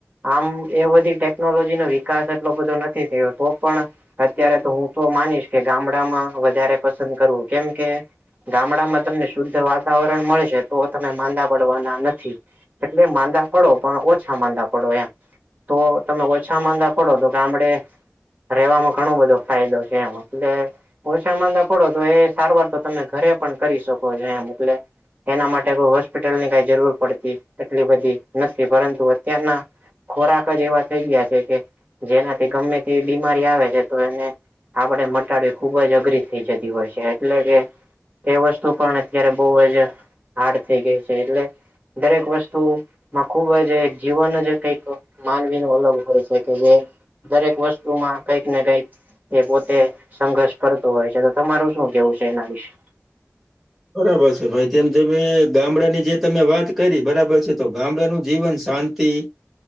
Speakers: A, on the right; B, in the centre.
A: આમ એ બધી ટેકનોલોજી નો વિકાસ એટલો બધો નથી થયો, તો પણ અત્યારે તો હું તો માનીશ કે ગામડામાં વધારે પસંદ કરવું કેમ કે ગામડામાં તમને શુદ્ધ વાતાવરણ મળે છે, તો તમે માંદા પડવાના નથી. એટલે માંદા પડો પણ ઓછા માંદા પડો એમ. તો તમે ઓછા માંદા પડો તો કે ગામડે. રહેવામાં ઘણો બધો ફાયદો છે, એમ એટલે. ઓછા માંદા પડો તો એ સારવાર તો તમે ઘરે પણ કરી શકો છો એમ એટલે એના માટે કો હોસ્પિટલની કઈ જરૂર પડતી એટલી બધી નથી પરંતુ અત્યારના ખોરાક જ એવા થઈ ગયા છે, કે જેનાથી ગમે તે બીમારી આવે છે, તો એને આપડે મટાડી ખુબ જ અઘરી થઇ જતી હોય છે એટલે કે. એ વસ્તુ પણ અત્યારે બહુ જ હાર્ડ થઈ ગઈ છે એટલે દરેક વસ્તુ માં ખુબજ જીવન જે કઈક માનવી ન અલગ હોય છે કે જે દરેક વસ્તુમાં કઈક ને કઈક એ પોતે સંઘર્ષ. કરતું હોય છે તો તમારું શું કેવું છે એના વિશે.
B: બરાબર છે, ભાઈ તેમ જે ગામડાની જે તમે વાત કરી બરાબર છે, તો ગામડાનું જીવન શા તી